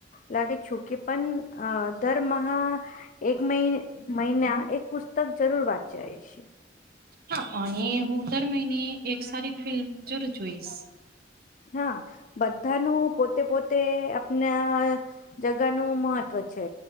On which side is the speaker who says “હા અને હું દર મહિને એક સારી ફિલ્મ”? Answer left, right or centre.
Right